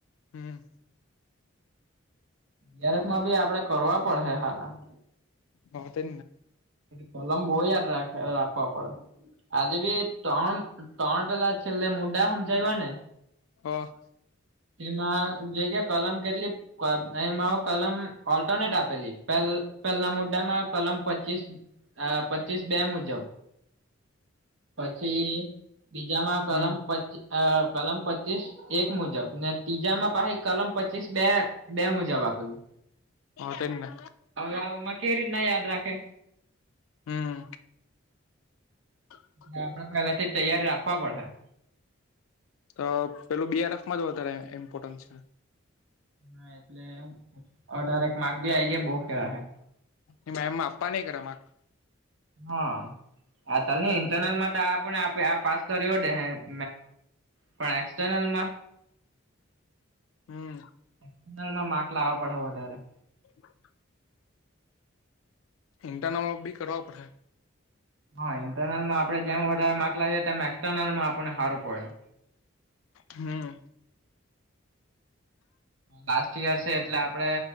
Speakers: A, on the left (about 85°); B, on the right (about 65°).
A: હમ.
B: બીઆરએફમાં બી આપણે કરવા પડે હે સારાં.
A: હા તે
B: કલમ બોવ યાદ રાખે રાખવા પડે. આજે બી ત્રણ-ત્રણ પેલા છેલ્લે મુદા હમજાવ્યા ને
A: હ.
B: એમાં જે કે કલમ કેટલી? <unintelligible> ને એમાંઓ કલમ ઓલ્ટરનેટ આપેલી. પહેલ પહેલાં મુદ્દામાં કલમ પચીસ આ પચીસ બે મુજબ. પછી બીજામાં કલમ
A: હમ
B: પચ, અહ કલમ પચીસ એક મુજબ, ને તીજામાં પાહી કલમ પચીસ, બે-બે મુજબ આપેલું.
A: હા તેજ ને.
B: હવે આ ઓમાં કેવી રીતના યાદ રાખે?
A: હમ <inaudible>
B: ને આપણે પહેલેથી જ તૈયારી રાખવા પડહે.
A: તો પહેલું બી આર એફમાં જ વધારે ઇમ્પોર્ટન્ટ છે.
B: હા એટલે અઢારેક માર્ક ભી આવી ગયા, બહુ કહેવા હે.
A: એ મેમમાં આપવા ની <unintelligible>
B: હા. આ તને ઇન્ટરનલમાં તો આ આપણે આ <unintelligible> પાસ કર્યો દેહે. <unintelligible> પણ એક્સટર્નલમાં
A: હમ્મ.
B: એક્સટર્નલમાં માર્ક લાવવા પડહે વધારે.
A: <inaudible> ઇન્ટરનલ <unintelligible> બી કરવો પડહે.
B: હા, ઇન્ટરનલમાં આપણે જેમ વધારે માર્ક લાવીએ, તેમ એક્સટર્નલમાં આપણને હારું પડે.
A: હમ્મ.
B: લાસ્ટ યર છે એટલે આપણે